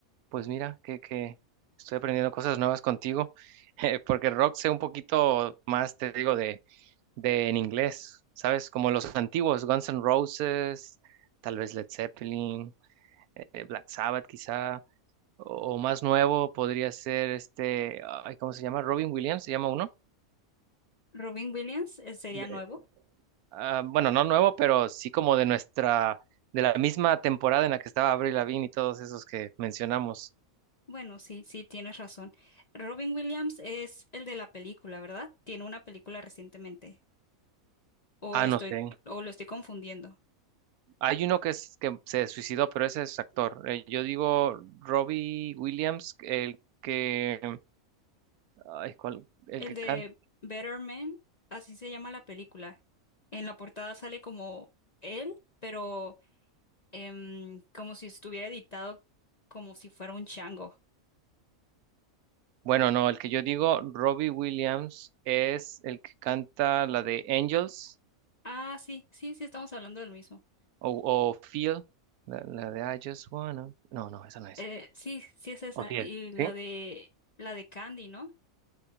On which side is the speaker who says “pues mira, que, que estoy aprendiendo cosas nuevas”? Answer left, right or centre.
Right